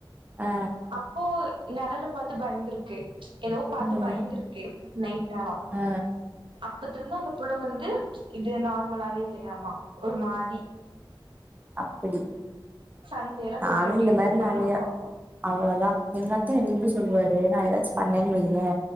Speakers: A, on the right; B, on the right.
A: ஆ
B: அப்போ நெழல பாத்து பயந்துருக்கு ஏதோ பாத்து
A: ம்
B: பயந்த்ருக்கு நைட் நேரொ
A: ஆ
B: அப்பத்துலருந்து அந்த புள்ள வந்து இது நார்மலாவே இல்லையாமா ஒரு மாரி
A: அப்டி
B: சங்கிலி எல்லா போட்டு
A: நானு
B: கட்டி
A: இந்த
B: வச்சிருப்பாங்களாமா
A: மாரி நறைய அவ்ளொதா எங்க அத்த என்னைக்குமே சொல்வாரு நா ஏதாச்சு பண்ணேன் வெய்யே